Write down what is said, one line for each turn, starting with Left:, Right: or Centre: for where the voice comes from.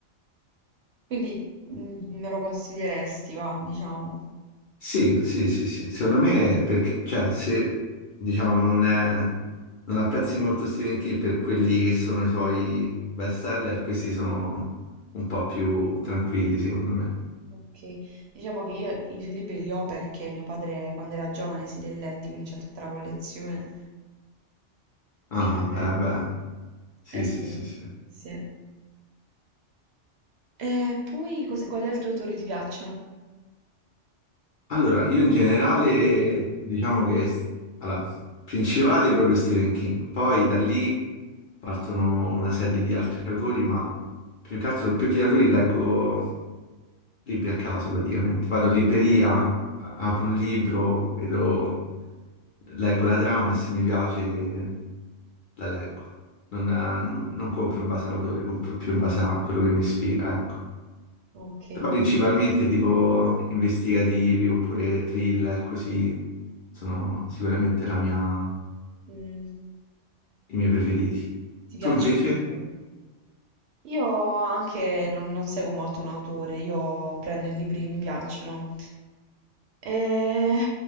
Right: Quindi mm, me lo consiglieresti, va, diciamo.
Left: Sì, sì, sì, sì. Secondo me, perché, cioè, se diciamo non è, non apprezzi molto Stephen King per quelli che sono i suoi bestseller, questi sono un po' più tranquilli, secondo me.
Right: Ok. Diciamo che io i suoi libri li ho perché mio padre quando era giovane si li ha letti, quindi c'è tutta la collezione.
Left: Ah,
Right: Quindi magari...
Left: eh
Right: un-
Left: beh, sì,
Right: Eh
Left: sì,
Right: sì,
Left: sì, sì.
Right: sì. E poi cos- quali altri autori ti piacciono?
Left: Allora, io in generale diciamo che s- allora, principale è proprio Stephen King, poi da lì partono una serie di altri autori, ma più che altro, più che gli autori leggo libri a caso praticamente. Vado in libreria,
Right: Ok.
Left: a- apro un libro, vedo, leggo la trama e se mi piace la leggo. Non, non non compro in base all'autore, compro più in base a quello che mi ispira, ecco.
Right: Ok.
Left: Però principalmente tipo investigativi oppure thriller, così sono sicuramente la mia-
Right: Mm,
Left: i miei preferiti.
Right: Ti piacciono
Left: Tu invece?
Right: di più? Io anche non, non seguo molto un autore, io prendo i libri che mi piacciono. E